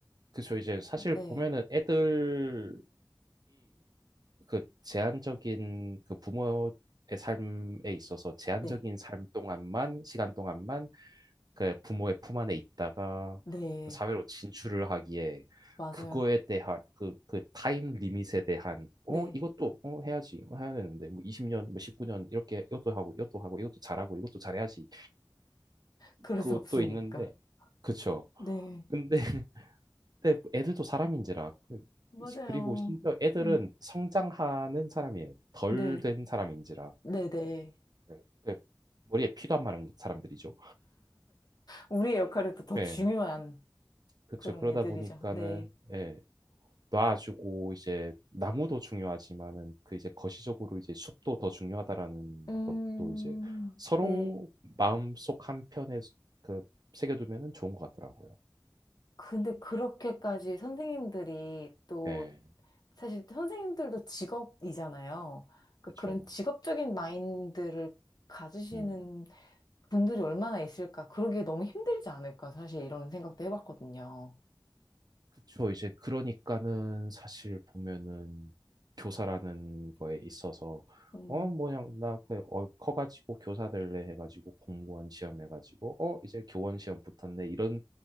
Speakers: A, on the right; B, on the left.
A: 그쵸. 이제 사실
B: 네,
A: 보면은 애들이 그 제한적인 그 부모의 삶에 있어서 제한적인
B: 네,
A: 삶 동안만, 시간 동안만 그 부모의 품 안에 있다가
B: 네,
A: 사회로 진출을 하기에
B: 맞아요.
A: 그거에 대한 그, 그 타임 리밋에 대한
B: 네,
A: 어 이것도 어 해야지 어, 해야 되는데 뭐 20년 뭐 19년 이렇게 이것도 하고 이것도 하고 이것도 잘하고 이것도 잘해야지
B: 그럴
A: 그것도
B: 수 없으니까.
A: 있는데 그쵸
B: 네,
A: 근데 근데 애들도 사람인지라 그-
B: 맞아요.
A: 그리고 심지어 애들은
B: 음,
A: 성장하는 사람이에요. 덜
B: 네,
A: 된 사람인지라
B: 네, 네.
A: 네, 그 머리에 피도 안 마른 사람들이죠.
B: 우리의 역할이 또 더
A: 네,
B: 중요한
A: 그렇죠.
B: 그런
A: 그러다
B: 애들이죠.
A: 보니까는
B: 네.
A: 예, 놔주고 이제 나무도 중요하지만은 그 이제 거시적으로 이제 숲도 더 중요하다라는
B: 음,
A: 것도 이제 서로
B: 네.
A: 마음속 한편에 그 새겨두면은 좋은 것 같더라고요.
B: 근데 그렇게까지 선생님들이 또,
A: 예,
B: 사실 선생님들도 직업이잖아요. 그러니까
A: 그렇죠.
B: 그런 직업적인 마인드를 가지시는
A: 음.
B: 분들이 얼마나 있을까. 그러기 너무 힘들지 않을까. 사실 이런 생각도 해봤거든요.
A: 그쵸. 이제 그러니까는 사실 보면은 교사라는 거에 있어서
B: 음,
A: 어 뭐냐 나그어 커가지고 교사 될래 해가지고 공무원 시험 해가지고 어 이제 교원 시험 붙었네 이런